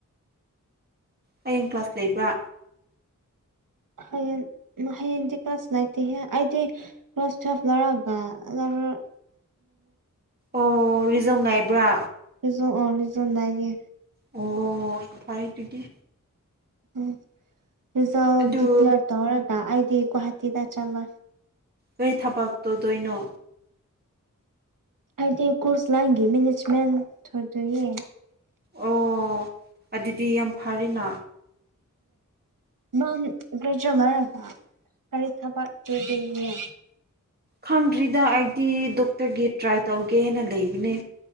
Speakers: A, on the right; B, on the right.
A: ꯍꯌꯦꯡ ꯀ꯭ꯂꯥꯁ ꯂꯩꯕ꯭ꯔꯥ
B: ꯍꯌꯦꯡ ꯍꯌꯦꯡꯗꯤ ꯀ꯭ꯂꯥꯁ ꯂꯩꯥꯛꯇꯦꯍꯦ ꯍꯥꯏꯗꯤ ꯀ꯭ꯔꯣꯥꯁ ꯇꯋꯦꯜ ꯂꯧꯔꯒ ꯑꯔ
A: ꯑꯣ ꯔꯤꯖꯧ ꯉꯥꯏꯕ꯭ꯔꯥ
B: ꯑꯗꯨꯁꯨ ꯑꯣꯅꯤꯁꯨꯅꯥꯏ
A: ꯑꯣ ꯐꯔ ꯇꯒꯤ
B: ꯎꯝ ꯔꯤꯖꯜ
A: ꯑꯗꯨ
B: ꯗꯤꯀ꯭ꯂꯦꯔ ꯇꯧꯔꯒ ꯑꯩꯗꯤ ꯨꯋꯥꯍꯥꯇꯤꯗ ꯆꯂ
A: ꯀꯩ ꯊꯕꯛ ꯇꯧꯗꯣꯏꯅꯣ
B: ꯑꯗꯤ ꯀꯣꯔꯁ ꯃꯦꯅꯦꯖꯃꯦꯟ ꯊꯗ ꯌꯦ
A: ꯑꯣ ꯑꯗꯨꯗꯤ ꯌꯥꯝ ꯐꯔꯦꯅ
B: ꯅꯝ ꯀꯔ ꯆꯂ ꯀꯔꯤ ꯊꯕꯛ ꯀꯤꯗꯣꯏꯅꯣ
A: ꯈꯪꯗ꯭ꯔꯤꯗ ꯑꯩꯗꯤ ꯗꯣꯛꯇꯔꯒꯤ ꯇ꯭ꯔꯥꯏ ꯇꯧꯒꯦꯅ ꯂꯩꯕꯅꯦ